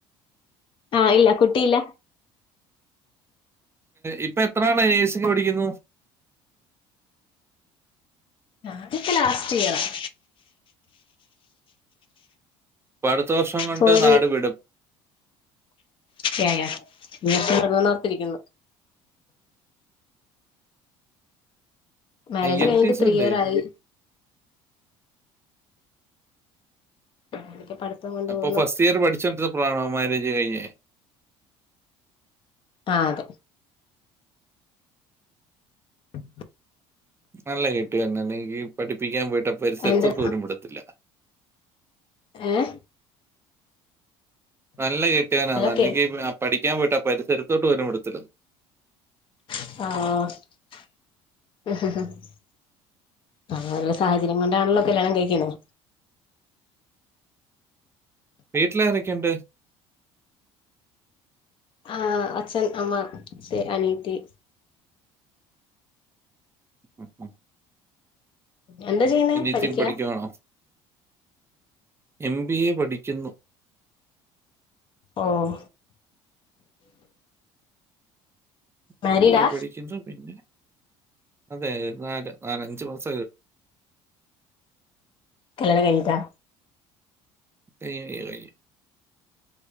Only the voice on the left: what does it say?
ആഹ് ഇല്ല കുട്ടിയില്ല
ഞാൻ ഇപ്പൊ ലാസ്റ്റ് ഇയർ <inaudible>
ഫോർ
<unintelligible> ഒർത്തിരിക്കുന്നു മാരേജ്
കഴിഞ്ഞിട്ട്
ത്രീ
ഇയർ ആയി <unintelligible>
പോകുന്നു
ആഹ് അതെ <inaudible>
എന്താ
ഏഹ്
അതൊക്കെ
ആഹ് അഹ് ഓരു സാഹചര്യം കൊണ്ടാണല്ലോ കല്യാണം കഴിക്കുന്നത്
ആഹ് അച്ഛൻ അമ്മ ശേ അനിയതി
എന്താ ചെയ്ണെ
പഠിക്കാ
ഓഹ്
മാരീഡാ
കല്ലിയാണം കഴിഞ്ഞിട്ടോ